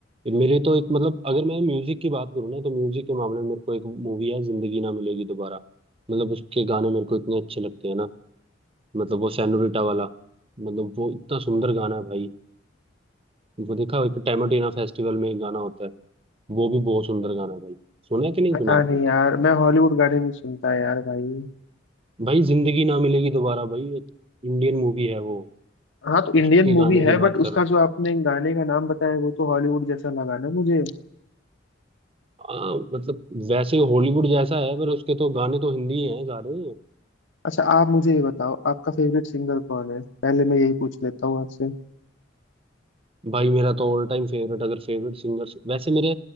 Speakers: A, on the right; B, on the left.
A: मेरे तो एक मतलब अगर मैं म्यूजिक की बात करूँ ना तो म्यूजिक के मामले में मेरे को एक मूवी है जिंदगी ना मिलेगी दोबारा मतलब उसके गाने मेरे को इतने अच्छे लगते हैं ना मतलब वो सेनोरिटा वाला मतलब वो इतना सुंदर गाना है भाई वो देखा हो, एक टैमाटीना फेस्टिवल में एक गाना होता है वो भी बहुत सुंदर गाना है भाई सुना है कि नहीं
B: पता
A: सुना आपने
B: नहीं यार मैं हॉलीवुड गाने नहीं सुनता यार भाई
A: भाई जिंदगी ना मिलेगी दोबारा भाई एक इंडियन मूवी है वो
B: हाँ तो इंडियन
A: उसके
B: मूवी
A: गाने
B: है
A: की बात
B: बट
A: कर
B: उसका
A: रहा हूँ
B: जो आपने गाने का नाम बताया वो तो हॉलीवुड जैसा लगा ना मुझे
A: हाँ, मतलब वैसे हॉलीवुड जैसा है पर उसके तो गाने तो हिंदी हैं सारे
B: अच्छा आप मुझे ये बताओ आपका फेवरेट सिंगर कौन है पहले मैं यही पूछ लेता हूँ आपसे
A: भाई मेरा तो ऑल टाइम फेवरेट अगर फेवरेट सिंगर वैसे मेरे